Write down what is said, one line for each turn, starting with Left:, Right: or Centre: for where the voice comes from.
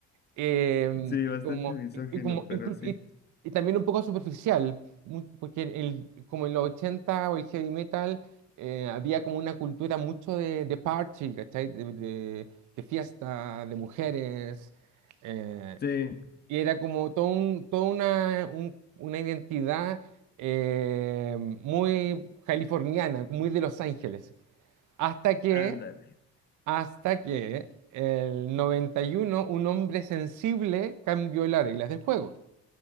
Right: eh,
Left: sí,
Right: y
Left: bastante
Right: como,
Left: misógino,
Right: y, y como
Left: pero
Right: inclu-
Left: sí.
Right: y, y también un poco superficial, mu- porque el, como en los 80 o el heavy metal eh, había como una cultura mucho de, de party, ¿cachai? De, de- de fiesta, de mujeres, eh,
Left: Sí,
Right: y era como todo un, toda una, un- una identidad eh, muy californiana, muy de Los Ángeles, hasta que
Left: ándale.
Right: hasta que el 91 un hombre sensible cambió las reglas del juego.